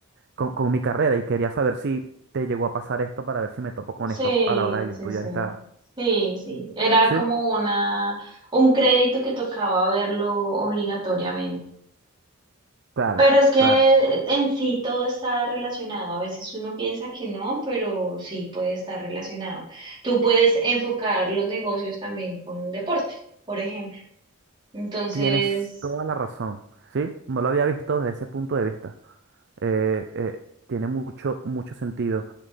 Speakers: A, on the right; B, on the right.
A: con, con mi carrera y quería saber si te llegó a pasar esto para ver si me topo con
B: sí,
A: esto a la hora de yo
B: sí,
A: estudiar
B: sí.
A: esta...
B: Sí, sí, era
A: ¿Sí?
B: como una, un crédito que tocaba verlo obligatoriamente.
A: Claro,
B: Pero es que
A: claro,
B: en sí todo está relacionado. A veces uno piensa que no, pero sí puede estar relacionado. Tú puedes enfocar los negocios también con un deporte, por ejemplo. Entonces,
A: tienes toda la razón, ¿sí? No lo había visto desde ese punto de vista. Eh, eh, tiene mucho, mucho sentido.